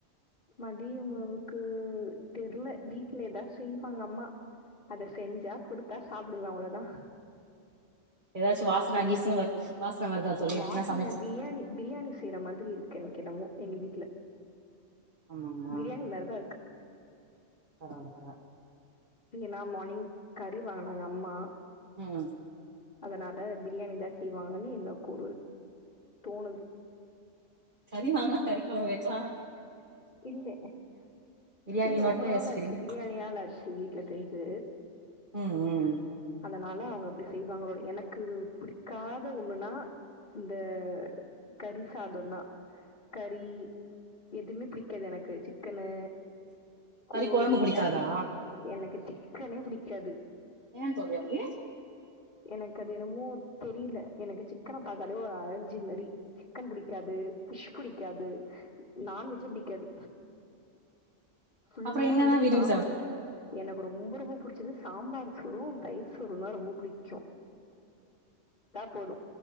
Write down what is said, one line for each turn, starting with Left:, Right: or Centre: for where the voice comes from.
Left: மதிய உணவுக்கு தெர்ல வீட்ல எதா செய்வாங்க அம்மா அத செஞ்சா குடுத்தா சாப்டுவே அவ்ளதா <inaudible>
Right: ஏதாச்சு வாசன
Left: இல்ல
Right: கீசன வரு வாசன வருதா தோழி
Left: வாசன
Right: எதுனா சமைச்ச
Left: பிரியாணி பிரியாணி செய்ற மாதிரி இருக்கு எனக்கு என்னவோ எங்க வீட்ல
Right: ஆமாங்களா
Left: பிரியாணி மாரிதா இருக்கு
Right: பரவால்ல பரவா
Left: இங்க நா மார்னிங் கறி வாங்குனாங்க அம்மா
Right: ம்
Left: அதனால பிரியாணி தா செய்வாங்கன்னு எனக்கொரு தோணுது
Right: கறி வாங்குனா கறி கொழம்பு வக்லா
Left: இல்ல
Right: பிரியாணி
Left: இல்ல
Right: மட்டும்
Left: ரொம்ப நாளச்சு
Right: யோசிக்கிறீங்க
Left: பிரியாணியால ஆச்சு வீட்ல செஞ்சு
Right: ம் ம்
Left: அதனால அவுங்க அப்டி செய்வாங்களோ எனக்கு பிடிக்காத ஒண்ணுனா இந்த கறி சாதொந்தா கறி எதுமே புடிக்காது எனக்கு சிக்கனு கோழி
Right: கறி கொழம்பு புடிக்காதா
Left: அ எனக்கு சிக் கனே புடிக்காது
Right: ஏ தோழி அப் <unintelligible>
Left: எனக்கு அது என்னமோ தெரில எனக்கு சிக்கன பாத்தாலே ஒரு அலர் ஜி மரி சிக்கன் பிடிக்காது ஃபிஷ் பிடிக்காது நான்வெஜ்ஜே புடிக்காது ஃபுல்லா
Right: அப்புறம் என்னதான்
Left: வந்து
Right: விரும்பி
Left: தா
Right: சாப்
Left: எனக்கு ரொம்ப ரொம்ப புடிச்சது சாம்பார் ஹலோ தயிர் சோறுன்னா ரொம்ப புடிக் போது